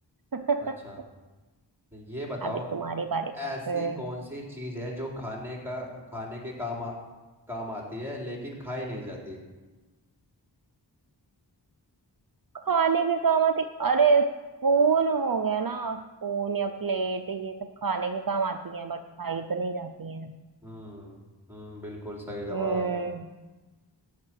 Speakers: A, on the right (about 50°); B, in the centre.
A: <laughs>
B: अच्छा ये बताओ
A: अभी तुम्हारी बारी
B: ऐसी
A: हम्म
B: कौन सी चीज है जो खाने का खाने के काम आ, काम आती है लेकिन खाई नहीं जाती
A: खाने के काम आती अरे स्पून हो गया ना स्पून या प्लेट ये सब खाने के काम आती है बट खाई तो नहीं जाती है
B: हम्म हम्म बिल्कुल सही जवाब
A: हम्म